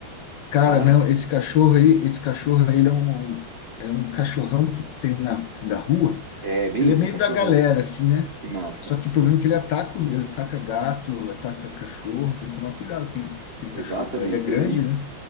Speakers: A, on the left; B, on the right.
A: Cara,
B: Mas
A: não, esse cachorro aí, esse cachorro aí, ele é um, é um cachorrão que tem na, da rua.
B: é bem
A: Ele
B: isso,
A: é meio
B: um cachorrão.
A: da galera, assim, né?
B: Que massa.
A: Só que o problema é que ele ataca, os- ele ataca gato, ataca cachorro, tem que tomar cuidado com aquele, aquele
B: Exatamente,
A: cachorro lá. Ele é grande,
B: era aí.
A: né?